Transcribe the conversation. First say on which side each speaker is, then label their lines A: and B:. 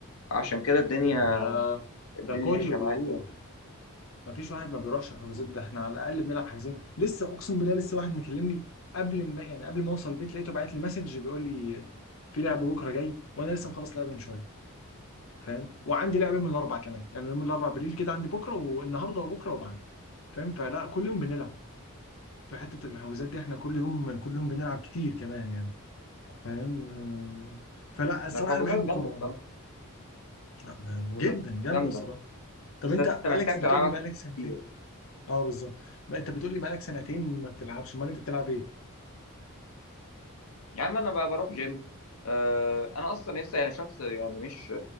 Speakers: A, on the left; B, on the left.
A: عشان كده الدنيا
B: ده
A: الدنيا
B: ده كله
A: ماشية
B: بيروح
A: معاك يعني
B: ما فيش واحد ما بيروحش الحجوزات ده احنا على الاقل بنلعب حاجزين لسه اقسم بالله لسه واحد مكلمني قبل ما يعني قبل ما اوصل البيت لقيته بعت لي مسج بيقول لي في لعب بكره جاي وانا لسه مخلص لعبه من شويه فاهم وعندي لعبه من الاربع كمان يعني يوم الاربع بالليل كده عندي بكره والنهارده وبكره وبعد فاهم فلا كل يوم بنلعب في حته الحجوزات دي احنا كل يوم كل يوم بنلعب كتير كمان يعني فاهم آه، فلا الصراحه
A: الحجوزات
B: انا بحب
A: جامدة
B: الكوره
A: بصراحة
B: آه،
A: الحجوزات
B: جدا جامده
A: جامدة
B: الصراحه طب
A: بس
B: انت
A: انت
B: بقالك
A: محتاج
B: بتقول
A: تلعبها
B: لي بقالك سنتين
A: كتير
B: اه بالظبط بقى انت بتقول لي بقالك سنتين ما بتلعبش امال انت بتلعب ايه
A: يا عم انا بقى بروح جيم آه انا اصلا لسه يعني شخص يعني مش